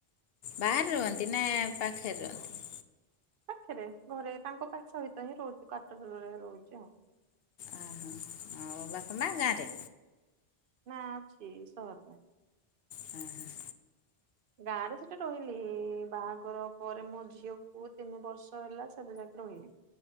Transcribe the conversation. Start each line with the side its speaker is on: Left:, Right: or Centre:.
Left: ବାହାରେ ରୁହନ୍ତି ନା ପାଖରେ ରୁହନ୍ତି?
Right: ପାଖରେ ଘରେ, ତାଙ୍କ ପାଖ ସହିତ ହିଁ ରହୁଛୁ କ୍ୱାଟରେ ରହୁଛିଆଉ।
Left: ଓହୋ। ଆଉ ବାପ ମାଆ ଗାଁରେ?
Right: ନା, ଅଛି ସହରରେ।
Left: ହଁ, ହଁ।
Right: ଗାଁ ରେ ସେଠି ରହିଲି ବାହାଘର ପରେ ମୋ ଝିଅ କୁ ତିନି ବର୍ଷ ହେଲା ସେବେ ଜାଗେ ରହିଲି,